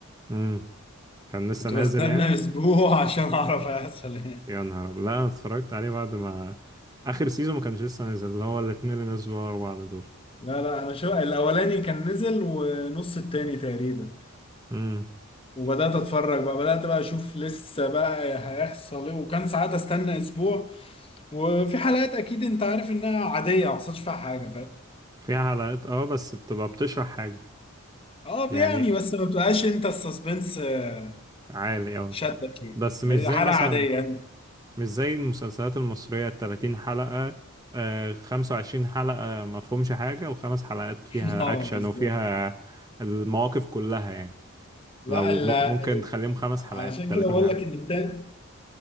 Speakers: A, on the right; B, on the left.
A: امم كان لسه
B: كنت
A: نازل
B: بستنى
A: يعني
B: اسبوع <laughs> عشان اعرف هيحصل ايه
A: يا نهار ابيض لا انا اتفرجت عليه بعد ما اخر سيزون ما كانش لسه نازل اللي هو الاتنين اللي نزلوا ورا بعض دول
B: لا لا انا شو الاولاني كان نزل ونص التاني تقريبا
A: امم
B: وبدات
A: في
B: اتفرج بقى بدات بقى اشوف لسه بقى هيحصل ايه وكان ساعات استنى اسبوع وفي حلقات اكيد انت عارف انها عاديه ما حصلش فيها حاجه فاهم
A: فيها حلقات اه بس بتبقى بتشرح حاجه
B: اه
A: يعني
B: يعني بس ما بتبقاش انت السسبنس آه،
A: عالي اه
B: شدك ليه
A: بس مش
B: بقى
A: زي
B: حلقه
A: مثلا
B: عاديه يعني
A: مش زي المسلسلات المصرية التلاتين حلقة آه خمسة وعشرين حلقة مفهومش حاجة وخمس حلقات فيها
B: <laughs> اه
A: أكشن
B: بالظبط
A: وفيها المواقف كلها يعني
B: لا
A: لو
B: ال...
A: م-
B: ال...
A: ممكن تخليهم خمس
B: علشان
A: حلقات التلاتين
B: كده بقول
A: حلقة
B: لك ان التاني